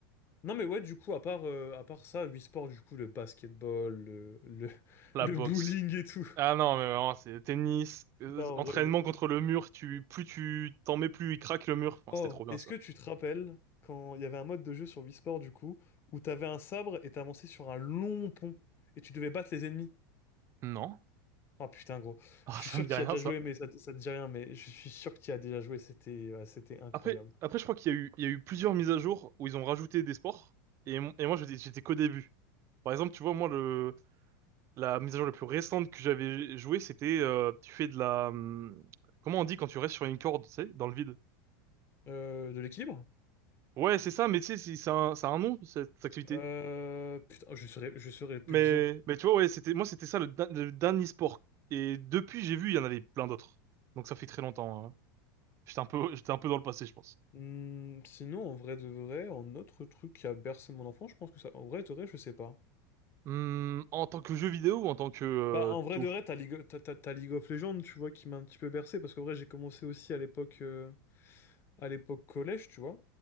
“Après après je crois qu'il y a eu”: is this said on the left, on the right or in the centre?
Right